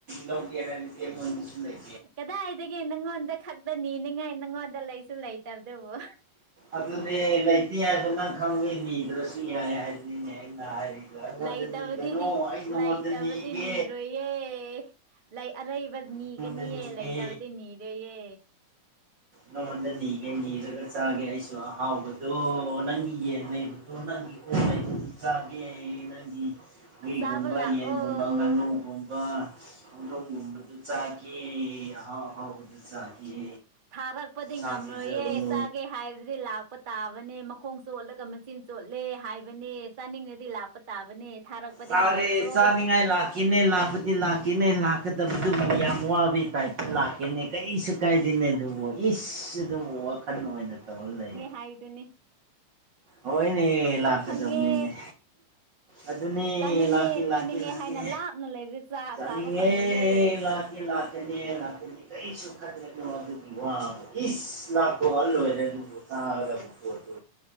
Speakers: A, on the right; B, on the right.
A: ꯂꯧꯒꯦ ꯍꯥꯏꯔꯗꯤ ꯑꯩꯉꯣꯟꯗꯖꯨ ꯂꯩ
B: ꯀꯗꯥꯏꯗꯒꯤ ꯅꯪꯉꯣꯟꯗ ꯈꯛꯇ ꯅꯤꯅꯤꯡꯉꯥꯏ ꯅꯪꯉꯣꯟꯗ ꯂꯩꯁꯨ ꯂꯩꯇꯕꯗꯨꯕꯨ
A: ꯑꯗꯨꯅꯦ ꯂꯩꯇꯦ ꯍꯥꯏꯕꯁꯨ ꯅꯪ ꯈꯪꯕꯒꯤ ꯅꯤꯗ꯭ꯔꯥ ꯁꯨ ꯌꯥꯏ ꯍꯥꯏꯕꯅꯤꯅꯦ ꯑꯩꯅ ꯍꯥꯏꯔꯤꯗꯣ ꯑꯩꯉꯣꯟꯗ
B: ꯂꯩꯇꯕꯗꯤꯗꯤ
A: ꯅꯤꯒꯅꯨ
B: ꯂꯩꯇꯕꯗꯤ
A: ꯅꯤꯒꯦ
B: ꯅꯤꯔꯣꯏꯌꯦ ꯂꯩ ꯑꯔꯩꯕ ꯅꯤꯒꯅꯤꯌꯦ
A: ꯑꯩꯉꯣꯟꯗ ꯅꯤꯒꯦ
B: ꯂꯩꯇꯕꯗꯤ ꯅꯤꯔꯣꯏꯌꯦ
A: ꯅꯉꯣꯟꯗ ꯅꯤꯒꯦ ꯅꯤꯔꯒ ꯆꯥꯒꯦ ꯑꯩꯁꯨ ꯑꯍꯥꯎꯕꯗꯣ ꯅꯪꯒꯤ ꯌꯦꯟꯉꯩ ꯑꯗꯣ ꯅꯪꯒꯤ ꯑꯣꯛ ꯂꯩꯕꯁꯨ ꯆꯥꯒꯦ ꯅꯪꯒꯤ ꯍꯨꯏꯒꯨꯝꯕ
B: ꯆꯥꯕ ꯂꯥꯛꯑꯣ
A: ꯌꯦꯟꯒꯨꯝꯕ ꯉꯥꯅꯨꯒꯨꯝꯕ ꯍꯧꯗꯣꯡꯒꯨꯝꯕ ꯗꯨ ꯆꯥꯛꯒꯦ ꯑꯍꯥꯎ ꯑꯍꯥꯎꯕꯗꯨ ꯆꯥꯒꯦ
B: ꯊꯥꯔꯛꯄꯗꯤ
A: ꯆꯥꯛ
B: ꯉꯝꯂꯣꯏꯌꯦ
A: ꯄꯤꯖꯧ
B: ꯆꯥꯒꯦ ꯍꯥꯏꯕꯗꯤ ꯂꯥꯛꯄ ꯇꯥꯕꯅꯦ ꯃꯈꯣꯡ ꯆꯣꯠꯂꯒ ꯃꯆꯤꯟ ꯆꯣꯠꯂꯦ ꯍꯥꯏꯕꯅꯦ ꯆꯥꯅꯤꯡꯉꯗꯤ ꯂꯥꯛꯄ ꯇꯥꯕꯅꯦ ꯊꯥꯔꯛꯄꯗꯤ
A: ꯆꯥꯔꯦ
B: ꯉꯝꯗꯦꯀꯣ
A: ꯆꯥꯅꯤꯡꯉꯥꯏ ꯂꯥꯛꯀꯦꯅꯦ ꯂꯥꯛꯄꯗꯤ ꯂꯥꯛꯀꯦꯅꯦ ꯂꯥꯛꯀꯗꯕꯗꯨꯕꯨ ꯌꯥꯝ ꯋꯥꯕꯩ ꯇꯥꯏꯞ ꯂꯥꯛꯀꯦꯅꯦ ꯀꯩꯔꯤꯁꯨ ꯀꯥꯏꯗꯦꯅꯦ ꯑꯗꯨꯕꯨ ꯏꯁ ꯑꯗꯨꯝ ꯋꯥꯈꯜ ꯑꯣꯏꯅ ꯇꯧꯔ ꯂꯩꯌꯦ
B: ꯍꯥꯥꯏꯗꯨꯅꯤ
A: ꯍꯣꯏꯅꯦ ꯂꯥꯛꯀꯗꯕꯅꯤꯅꯦ
B: ꯐꯪꯉꯦ
A: ꯑꯗꯨꯅꯦ
B: ꯆꯥꯅꯤꯡꯉꯦ
A: ꯂꯥꯛꯀꯦ ꯂꯥꯛꯀꯦ
B: ꯆꯥꯅꯤꯡꯉꯦ
A: ꯂꯥꯛꯀꯦ
B: ꯍꯥꯏꯅ ꯂꯥꯞꯅ ꯂꯩꯕꯗꯤ ꯆꯥ
A: ꯆꯥꯅꯤꯡꯉꯦ
B: ꯆꯥꯕ ꯐꯪꯔꯣꯏꯌꯦ
A: ꯂꯥꯛ ꯂꯥꯛꯀꯅꯦ ꯂꯥꯛꯀꯅꯤ ꯀꯩꯁꯨ ꯈꯟꯒꯅꯨ ꯑꯗꯨꯒꯤ ꯋꯥꯕꯨ ꯏꯁ ꯂꯥꯛꯊꯣꯛꯑ ꯂꯣꯏꯔꯦ ꯑꯗꯨꯕꯨ ꯆꯥꯒꯗꯕ ꯄꯣꯠꯇꯨ